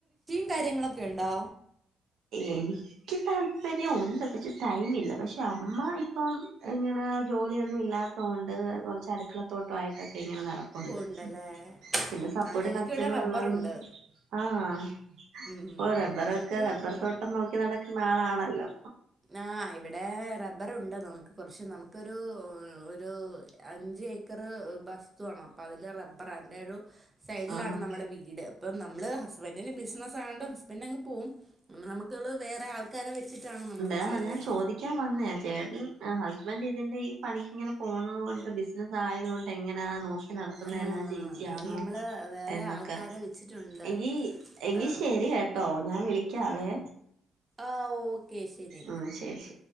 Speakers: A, on the right (about 20°); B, on the right (about 75°).
A: കൃഷിയും കാര്യങ്ങളും ഒക്കെ? ഉണ്ടോ
B: എനിക്ക് താല്പര്യം ഉണ്ട് പക്ഷെ ടൈമ ഇില്ല പക്ഷെ അമ്മ ഇപ്പം ഇങ്ങനെ ജോലിയൊന്നും ഇല്ലാത്തതൊണ്ട് കുറച്ച് അടുക്കളത്തോട്ടയിട്ടൊക്കെ ഇങ്ങനെ നട പ്പുണ്ട്
A: ഉണ്ടല്ലേ
B: പിന്നെ സപ്പോർട്ട്ന്
A: ആ ഞങ്ങൾക്ക്
B: അച്ഛനും
A: ഇവിടെ റബ്ബറുണ്ട്
B: ഉള്ളത് കൊണ്ട് ആഹ
A: ഉം
B: ഓ റബ്ബറൊക്കെ
A: ഞങ്ങക്ക്
B: റബ്ബർ തോട്ടം നോക്കി നടക്കുന്ന ആളാണല്ലോ.
A: ആ് ഇവിടെ റ റബറുണ്ട് നമുക്ക് കുറച്ച് നമുക്കൊരു ഒരു അഞ്ച് ഏക്കർ വസ്തു അന്ന് അപ്പോം അപ്പ അതില് റബ്ബർ അന്റെറെ ഒരു സൈഡിലാണ്
B: ആഹ്
A: നമ്മളുടെ വീട് അപ്പം നമ്മള് ഹസ്ബൻഡിന്റെ ബിസിനസ്സ് ആയതോണ്ട് ഹസ്ബൻഡ അങ്ങ് പോകും നമ്മക്കള്ളത് വേറെ ആൾക്കാരെ വെച്ചിട്ടാണ് നമ്മളത്
B: അ
A: ചെയ്യാ
B: ഞാൻ ചോദിക്കാൻ വന്നേ ചേട്ടൻ ഹസ്ബെന്റ് ഇതിന്റെ ഈ പണിക്കിങ്ങനെപോകുന്നത് കൊണ്ട് ബിസിനസ് ആയതുകൊണ്ട് എങ്ങനെയ നോ ക്കിനടത്തുന്ന
A: ആഹ്
B: എല്ലാം ചേച്ചിയാണോ
A: അത് നമ്മള് വേറെ
B: എന്നൊക്കെ
A: ആൾക്കാരെ വെച്ചിട്ടുണ്ട്
B: എങ്കി എങ്കി
A: ആഹ്
B: ശരി കേട്ടോ ഞാൻ വിളിക്കാവേ.
A: ആ ഓക്കേ ശരി
B: ഉം ശരി ശരി